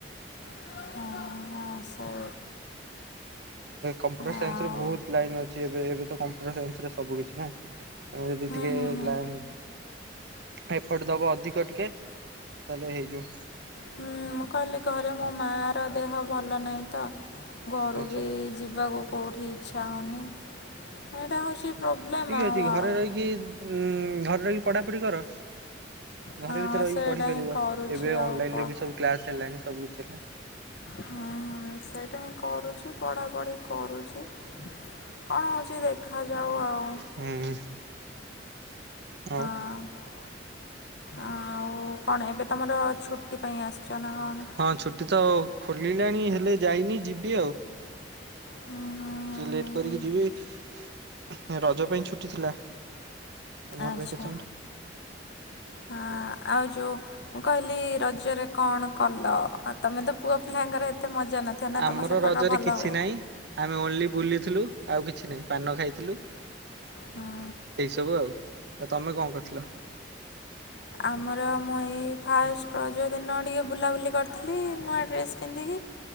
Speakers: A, on the left (about 65°); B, on the right (about 65°).
A: ହ ହ ସ
B: କମ୍ପୁଟର ସାଇନ୍ସରେ
A: ଆଉ
B: ବହୁତ ଲାଇନ ଅଛି ଏବେ ଏବେ ତ କମ୍ପ୍ୟୁଟର ସାଇନ୍ସରେ ସବୁ କିଛି ନା। ତମେ ଯଦି
A: ହୁଁ
B: ଟିକେ
A: ହୁଁ ହୁଁ
B: ଲାଇ ଏଫର୍ଟ ଦବ ଅଧିକ ଟିକେ ତାହେଲେ ହେଇଯିବ।
A: ହଁ ମୁଁ କହିଲି ଘରେ ମୋ ମା ର ଦେହ ଭଲ ନାହିଁ ତ। ଘରୁ
B: ଆଚ୍ଛା।
A: ବି ଯିବାକୁ କୋଉଠି ଇଚ୍ଛା ହେଉନି ଏଇଟା ହେଉଛି ପ୍ରୋବ୍ଲେମ୍
B: ଠିକ
A: ଆଉ
B: ଅଛି ଘରେ
A: ଆଉ
B: ରହିକି ଉ ଘରେ ରହିକି ପଢାପଢି କର। ଘରେ
A: ହଁ
B: ଭିତରେ ରହିକି
A: ସେଇଟା
B: ପଢିପାରିବ
A: ହିଁ କରୁଛି
B: ଏବେ
A: ଆଉ
B: ଅନଲାଇନ
A: ପ-
B: ରେ ବି ସବୁ କ୍ଲାସ ହେଲାଣିି ସବୁ କିଛି ହେଲାଣି।
A: ହୁଁ-ହୁଁ ସେଇଟା ହିଁ କରୁଛି ପଢାପଢି କରୁଛି। କଣ ହଉଛି ଦେଖାଯାଉ ଆଉ।
B: ହୁଁ ଉଁ ଆଉ
A: ହଁ। ଆଉ କଣ ଏବେ ତମର ଛୁଟି ପାଇଁ ଆସିଛ ନା କଣ?
B: ହଁ ଛୁଟି ତ ଖୋଲିଲାଣି ହେଲେ ଯାଇନି ଯିବି ଆଉ।
A: ହୁଁ ହୁଁ ହୁଁ
B: ଟିକେ ଲେଟ କରିକି
A: ହୁଁ ହୁଁ
B: ଯିବି। ରଜ ପାଇଁ ଛୁଟି ଥିଲା ସମର
A: ଆଚ୍ଛା
B: ଭ୍ୟାକେସନ୍।
A: ହଁ ଆଉ ଯୋଉ ମୁଁ କହିଲି ରଜରେ କଣ କଲ ଆଉ ତମେ ତ ପୁଅ ପିଲାଙ୍କର ଏ ଏତେ ମଜା ନଥିବ ନା
B: ଆମର
A: ତମ ସେପଟେ
B: ରଜରେ
A: ଭଲ
B: କିଛି
A: ହୁଏ।
B: ନାହିଁ ଆମେ ଓନ୍ଲି ବୁଲିଥିଲୁ ଆଉ କିଛି ନାହିଁ ପାନ ଖାଇଥିଲୁ।
A: ହୁଁ
B: ଏଇ ସବୁ ଆଉ-ଆଉ ତମେ କଣ କରିଥିଲ?
A: ଆମର ମୁଁ ଏଇ ଫାଷ୍ଟ ରଜ ଦିନ ଟିକିଏ ବୁଲାବୁଲି କରିଥିଲି ନୂଆ ଡ୍ରେସ୍ ପିନ୍ଧିକି